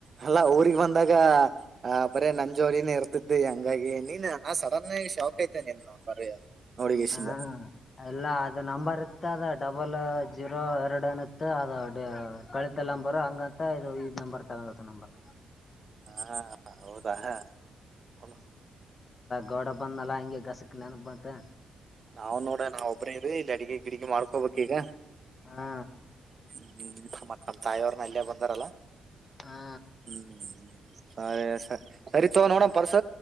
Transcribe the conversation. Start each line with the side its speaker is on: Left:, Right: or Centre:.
Right: ಅಲ್ಲ ಅವಊ್ರಿಗೆ ಬಂದಾಗ ಹಾ ಬರೇ ನನ್ ಜೋರಿನ ಇರ್ತಿದ್ದಿಂಗ ಹಂಗಾಗಿ ನೀನ್ ನಾ ಸಡನ್ ಶಾಕ್ ೈತನೆ ಇಲ್ಲ ಬರ ನೋಡಿಗೆಿಂದ
Left: ಹಾ ಎಲ್ಲ ಅದ ನಂಬರ್ ಇತ್ತ ಅದ ಡಬಲ್ ಜೀರೋ ಎರಡು ಅನತ್ತ ಅದ ಕಳಿತ ನಂಬರ್ ಹಂಗಂತ ಇದು ಇ್ ನಂಬರ್ ತಗೊಂಡ ನಂಬರ್
Right: ಹಾ ಹೌದಾ ಹ ಹ
Left: ಗೋಡ ಬಂದನಲ್ಲಾ ಹಂಗೆ ಗಾಸಕ್ಕೆಲ ಬಂತೆ
Right: ನಾವ್ ನೋಡ ನಾವ್ ಒಬ್ಬ್ರ ಇ್ ಇಲ್ಲಿ ಅಡಿಗೆ ಗಿಡಿಗೆ ಮಾಡ್ಕೋಬೆಕ್ ಈಗ
Left: ಹಾ
Right: ಹ್ಮ್ ಮತ್ತ ನ ತಾಯೋರು ಅಲ್ಲೆಯ ಬಂದಾರಲ್ಲ
Left: ಹಾ
Right: ಹ್ಮ್ ಹ್ಮ ಹ್ಮ್ ಸರಿ ಸ ಸರಿತೊವ ನೋಡಣ ಪರ್ಸ